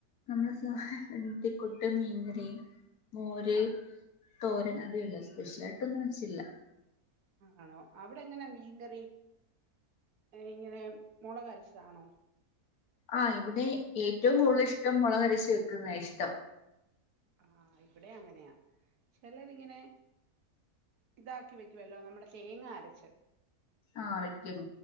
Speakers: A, on the left; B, on the right.
A: നമ്മുടെ സ <unintelligible> കൂട്ട് മീൻകറി മോര്,
B: ആ,
A: തോരൻ അതേ ഉള്ളൂ സ്പെഷ്യലായിട്ടൊന്നും വെച്ചില്ല.
B: ആണോ? അവിടെ എങ്ങനാ മീൻകറി ഇങ്ങനെ മുളകരച്ചതാണോ?
A: ആഹ് ഇവിടെ ഏറ്റവും കൂടുതൽ ഇഷ്ടം മുളകരച്ച് വെക്കുന്ന ഇഷ്ടം.
B: ആഹ് ഇവിടെ അങ്ങനെയാ. ചെലരിങ്ങനെ ഇതാക്കി വെക്കുവല്ലോ നമ്മുടെ തേങ്ങ അരച്ച്
A: ആഹ് വെക്കും